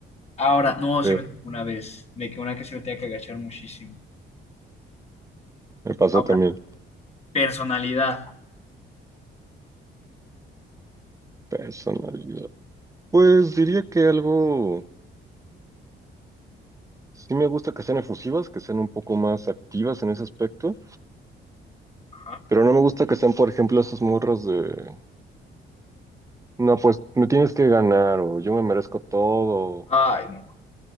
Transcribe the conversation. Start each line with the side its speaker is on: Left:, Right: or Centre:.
Left: Ahora, no, sí
Right: Sí,
Left: me tocó una vez, de que una que se me tenía que agachar muchísimo.
Right: me pasó
Left: Ahora,
Right: también.
Left: personalidad.
Right: Personalidad. Pues diría que algo, sí me gusta que sean efusivas, que sean un poco más activas en ese aspecto,
Left: Ajá.
Right: pero no me gusta que sean, por ejemplo, esas morras de, no, pues me tienes que ganar o yo me merezco todo.
Left: Ay,